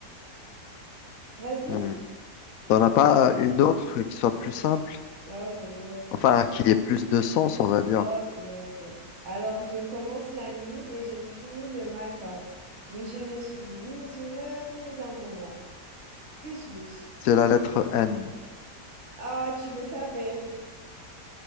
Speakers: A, on the right (about 45°); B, on the left (about 65°).
A: Vas-y.
B: Hmm. T'en as pas une autre qui soit plus simple?
A: Ok, ok,
B: Enfin,
A: ok.
B: qui ait plus de sens, on va dire.
A: Ok, ok, ok. Alors, je commence la nuit et je finis le matin. Mais je ne suis ni une heure ni un moment. Que suis-je?
B: C'est la lettre N.
A: Ah, tu le savais.